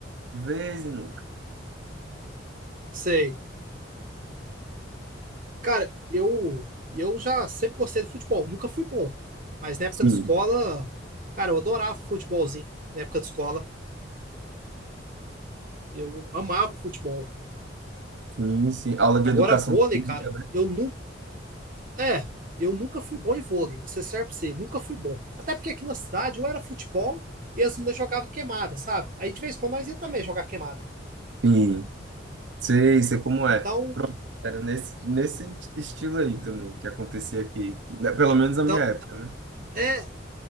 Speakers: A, on the right; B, on the right.
A: de vez em nunca.
B: sei. Cara, eu, eu já sempre gostei de futebol. Nunca fui bom. Mas na época
A: Sim,
B: de escola, cara, eu adorava futebolzinho. Na época de escola, eu amava futebol.
A: sim, sim. Aula de
B: Agora,
A: educação
B: vôlei,
A: física,
B: cara,
A: né?
B: eu nunca É, eu nunca fui bom em vôlei, você serve pra você, nunca fui bom. Até porque aqui na cidade ou era futebol e as meninas jogavam queimada, sabe? Aí de vez em quando nós ia também jogar queimada.
A: Sim, sei, sei como é.
B: Então, não-
A: Era nesse, nesse estilo aí também que acontecia aqui, né, pelo menos na
B: então
A: minha época, né?
B: é,